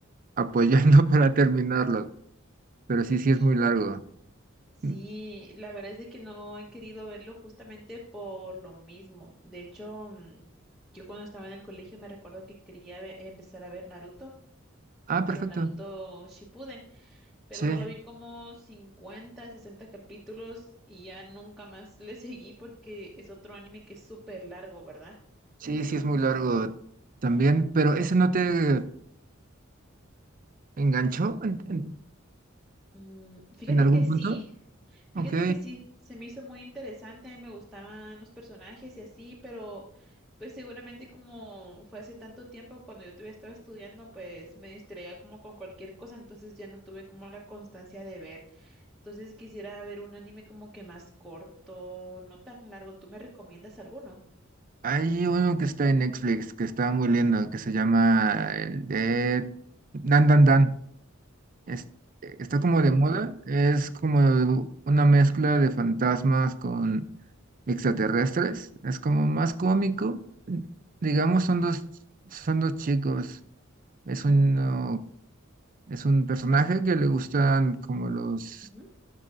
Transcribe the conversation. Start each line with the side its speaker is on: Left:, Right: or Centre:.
Right: apoyando <laughs> para terminarlo. Pero sí, sí
Centre: sí.
Right: es muy largo.
Centre: Sí,
Right: Mm,
Centre: la verdad es de que no he querido verlo justamente por lo mismo. De hecho, mm, yo cuando estaba en el colegio me recuerdo que quería ve- empezar a ver Naruto,
Right: Ah, perfecto.
Centre: pero Naruto Shippuden, pero
Right: Sí.
Centre: solo vi como 50 60 capítulos y ya nunca más <laughs> le seguí porque es otro anime que es súper largo, ¿verdad?
Right: Sí, sí es muy largo también, pero ¿ese no te enganchó en, en-
Centre: Mm, fíjate
Right: en algún
Centre: que sí,
Right: punto?
Centre: Fíjate
Right: Ok.
Centre: que sí, se me hizo muy interesante, me gustaban los personajes y así, pero pues seguramente como fue hace tanto tiempo cuando yo todavía estaba estudiando, pues me distraía como con cualquier cosa, entonces ya no tuve como la constancia de ver. Entonces quisiera ver un anime como que más corto, no tan largo. ¿Tú me recomiendas alguno?
Right: Hay uno que está en Netflix, que está muy lindo, que se llama el de Dan Dan Dan. Es- está
Centre: Dan,
Right: como
Centre: dan,
Right: de moda,
Centre: dan.
Right: es como una mezcla de fantasmas con extraterrestres. Es como más cómico. Digamos, son dos, son dos chicos. Es uno, es un personaje que le gustan como los
Centre: Ujú,